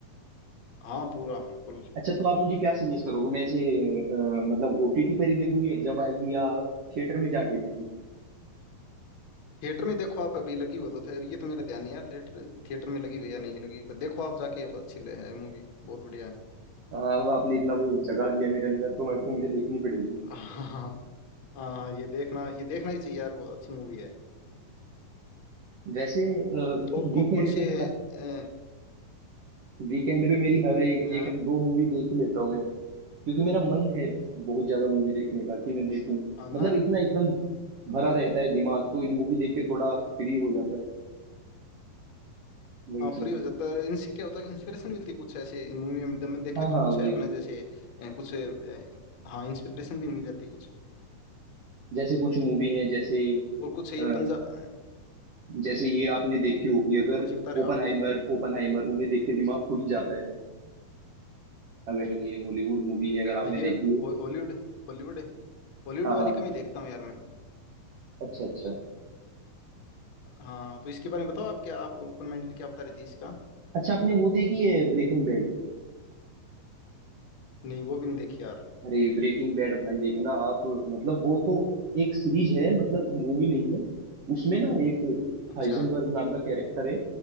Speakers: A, on the left (about 55°); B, on the right (about 55°).
A: हाँ पूरा फुल
B: अच्छा तो आप मुझे क्या सजेस्ट करोगे मैं इसे अ, मतलब ओटीटी पर ही देखूँ या जब आएगी या थिएटर में जाके देखूँ
A: थिएटर में देखो आप अभी लगी हुई तो थे ये तो मेरा ध्यान नहीं है थिएटर थिएटर में लगी हुई या नहीं लगी हुई पर देखो आप जाके अब अच्छी ले- है मूवी बहुत बढ़िया है
B: अब आपने इतना वो जगा दिया मेरे अंदर तो अब तो मुझे देखनी पड़ेगी
A: <laughs> हाँ हाँ हाँ ये देखना ये देखना ही चाहिए यार वो अच्छी मूवी है
B: वैसे
A: और
B: वीकेंड
A: कौन सी
B: पे
A: है
B: वीकेंड पे मेरी हर एक
A: हाँ
B: एक दो मूवी देख ही लेता हूँ मैं क्योंकि मेरा मन है बहुत ज्यादा मूवी देखने का कि मैं देखूं
A: हाँ ना
B: मतलब इतना एकदम भरा
A: हाँ
B: रहता है दिमाग तो इन मूवी देख के थोड़ा फ्री हो जाता है वही
A: हाँ फ्री
B: चीज
A: हो
B: है
A: जाता है इनसे क्या होता है कि इंस्पिरेशन मिलती है कुछ ऐसे इन मूवी में दम- देखे
B: हाँ
A: तो
B: हाँ
A: कुछ
B: वही
A: है अपने
B: वही।
A: जैसे अ, कुछ अ, हाँ इंस्पिरेशन भी मिल जाती है कुछ
B: जैसे कुछ मूवी हैं जैसे
A: और कुछ ये
B: अ,
A: पंजा अ,
B: जैसे ये आपने देखी होगी अगर
A: कौन सी बता रहे
B: ओपनहाइमर
A: हो आप
B: ओपनहाइमर उन्हें देख के दिमाग खुल जाता है अगर ये हॉलीवुड मूवी है अगर आपने
A: अ, ये
B: देखी हो
A: हो- हॉलीवुड हॉलीवुड हॉलीवुड
B: हाँ
A: वाली
B: हाँ
A: कम ही देखता हूँ यार मैं
B: अच्छा अच्छा
A: हाँ तो इसके बारे में बताओ आप क्या आप ओपन माइंडेड क्या बता रही थी इसका
B: अच्छा आपने वो देखी है ब्रेकिंग बैड
A: नहीं वो भी नहीं देखी यार
B: अरे ब्रेकिंग बैड भाई देखना आप मतलब वो तो एक सीरीज है मतलब मूवी नहीं है उसमें ना एक
A: अच्छा
B: हाइजनबर्ग नाम का कैरेक्टर है